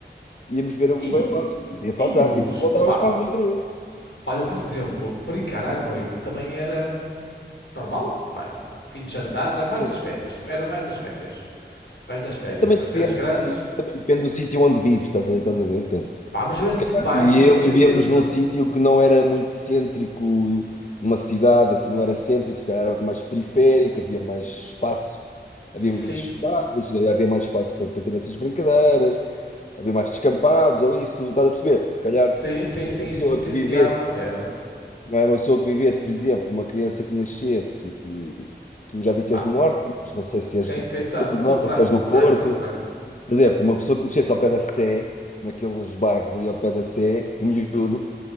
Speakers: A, on the left (about 40°); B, on the left (about 75°).
A: íamos ver o
B: E,
A: Baywatch, não podia faltar.
B: e os.
A: E depois voltávamos
B: Opa,
A: para a rua outra vez.
B: olha, por exemplo, brincar à noite também era hum, normal. Pá, fim de jantar, na- mais
A: Sim.
B: nas férias. Era mais nas férias. Mais nas férias,
A: Isso também
B: mas
A: depende,
B: férias grandes.
A: isso também depende do sítio onde vives, estás a, estás a ver, Pedro?
B: Pá, mas eu era
A: Se calhar
B: tipo bairro,
A: tu e eu
B: havia
A: vivíamos
B: sempre.
A: num sítio que não era muito cêntrico, numa cidade assim, não era cêntrico, se calhar era mais periférico, havia mais espaço,
B: Sim,
A: havia menos carros, se calhar havia mais espaço para, para ter essas brincadeiras, havia mais descampados ou isso, estás a perceber? Se calhar
B: sim, sim, sim.
A: uma
B: Isso
A: pessoa
B: potenciava.
A: que vivesse,
B: Era.
A: não é uma pessoa que vivesse, por exemplo, uma criança que nascesse, eh, tu já vi que
B: Pá,
A: és do Norte, mas não sei se
B: sim,
A: és de
B: sim,
A: de
B: sa-
A: que zona
B: sou
A: do Norte
B: de Braga,
A: ou se és
B: sou
A: do
B: de
A: Porto,
B: Braga, sou de Braga.
A: por exemplo, uma pessoa que nascesse ao pé da Sé, naqueles bairros ali ao pé da Sé, um miúdo